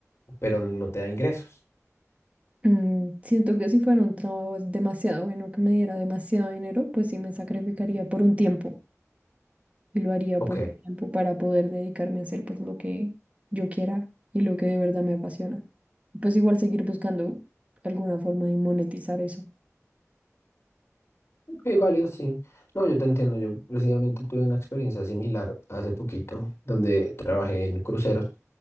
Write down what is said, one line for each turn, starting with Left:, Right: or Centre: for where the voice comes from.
Left: pero no te da ingresos.
Right: Mm, siento que si fuera un trabajo demasiado bueno que me diera demasiado dinero, pues sí me sacrificaría por un tiempo y lo haría
Left: Ok.
Right: por un tiempo para poder dedicarme a hacer pues lo que yo quiera y lo que de verdad me apasiona. Pues igual seguir buscando alguna forma de monetizar eso.
Left: Sí, válido, sí. No, yo te entiendo. Yo precisamente tuve una experiencia similar hace poquito, donde trabajé en cruceros.